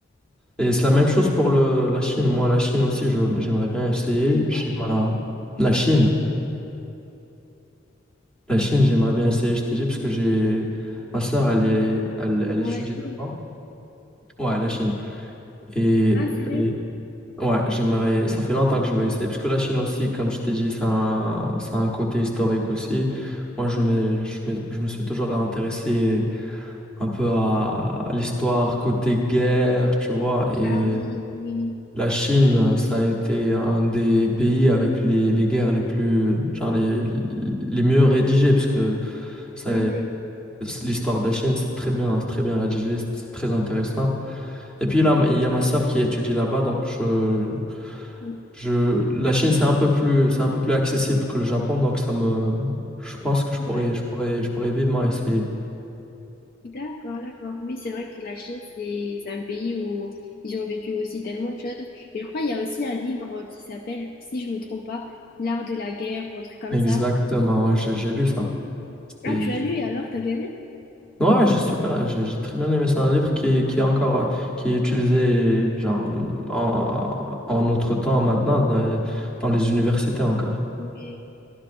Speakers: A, in the centre; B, on the left.
A: Et c'est la même chose
B: Et
A: pour le, la Chine. Moi, la Chine aussi, je- j'aimerais bien essayer.
B: De quoi?
A: J'ai ma... La Chine, la Chine, j'aimerais bien essayer, je t'ai dit, parce que j'ai... Ma sœur, elle est, elle, elle
B: Pour
A: étudie
B: la
A: là-bas.
B: Chine.
A: Ouais, la Chine. Et,
B: Ah, sérieux?
A: et Ouais, j'aimerais. Ça fait longtemps que je veux essayer. Parce que la Chine aussi, comme je t'ai dit, ça a un, ça a un côté historique aussi. Moi, je
B: Mhm.
A: me, je me, je me suis toujours intéressé un peu à, à l'histoire côté guerre, tu vois. Et
B: Ah oui, oui,
A: la Chine, ça a été un des pays avec les, les guerres les plus, genre les, les mieux rédigées. Parce que ça,
B: oui.
A: l'histoire de la Chine, c'est très bien, c'est très bien rédigé, c'est très intéressant. Et puis là, il y a ma sœur qui étudie là-bas, donc je,
B: Mhm.
A: je, la Chine, c'est un peu plus, c'est un peu plus accessible que le Japon, donc ça me, je pense que je
B: Ouais.
A: pourrais, je pourrais, je pourrais vivement essayer.
B: D'accord, d'accord. Oui, c'est vrai que la Chine, c'est c'est un pays où ils ont vécu aussi tellement de choses. Et je crois qu'il y a aussi un livre qui s'appelle, si je me trompe pas, L'art de la guerre ou un truc comme
A: Exactement,
B: ça.
A: ouais, j'ai
B: Oui.
A: j'ai lu ça. C'était-
B: Ah, tu l'as lu et alors, t'as bien aimé?
A: Ouais, j'ai super, j'ai j'ai très bien aimé. C'est un livre qui, est- qui est encore, euh, qui est utilisé genre en, en notre temps maintenant dans, dans les universités encore.
B: Oui.